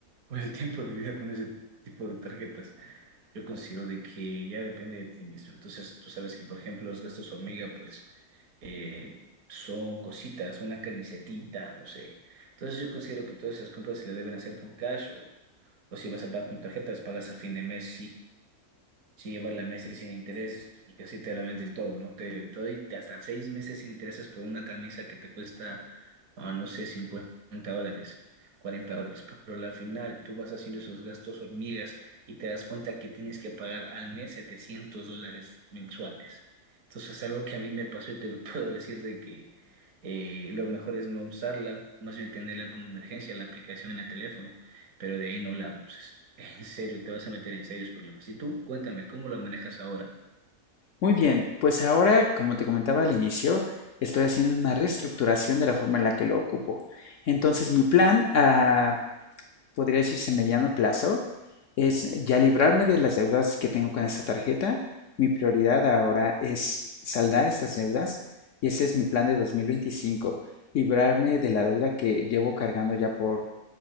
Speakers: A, on the right; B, on the left.
A: con el tiempo de vida con ese tipo de tarjetas. Yo considero de que ya depende de ti mismo. Entonces, tú sabes que, por ejemplo, los gastos hormiga, pues, eh, son cositas, una camisetita, no sé. Entonces, yo considero que todas esas compras se le deben hacer con cash o, o si vas a pagar con tarjetas, pagas a fin de mes Sí, llevarla meses sin intereses, porque así te la venden todo, ¿no? Te, te doy hasta seis meses sin intereses por una camisa que te cuesta, ah, no sé, cincuenta dólares, 40 dólares. Pero al final tú vas haciendo esos gastos hormigas y te das cuenta que tienes que pagar al mes 700 dólares mensuales. Entonces es algo que a mí me pasó y te lo <laughs> puedo decir de que eh, lo mejor es no usarla, más bien tenerla como emergencia, la aplicación en el teléfono pero de ahí no la uses. En serio, te vas a meter en serios problemas. Y tú, cuéntame, ¿cómo la manejas ahora?
B: Muy bien, pues ahora, como te comentaba al inicio, estoy haciendo una reestructuración de la forma en la que lo ocupo. Entonces, mi plan a, podría decirse mediano plazo, es ya librarme de las deudas que tengo con esta tarjeta. Mi prioridad ahora es saldar estas deudas y ese es mi plan de 2025, librarme de la deuda que llevo cargando ya por,